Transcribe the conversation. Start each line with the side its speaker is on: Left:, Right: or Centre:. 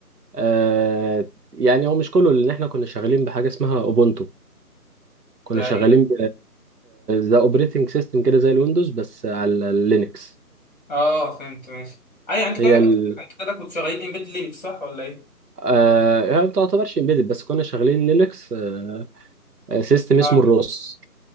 Right: آه، يعني هو مش كله لان احنا كنا شغالين بحاجه اسمها اوبونتو كنا
Left: ده
Right: شغالين ذا اوبريتنج سيستم كده زي الويندوز بس على اللينكس
Left: اه فهمت ماشي ايوه انتوا
Right: هي
Left: كده
Right: اه ال
Left: انتوا كده كنتوا شغالين امبيدد لينكس صح ولا ايه؟
Right: آه يعني ما تعتبرش امبيدد بس كنا شغالين لينكس آه سيستم اسمه
Left: اه
Right: الروس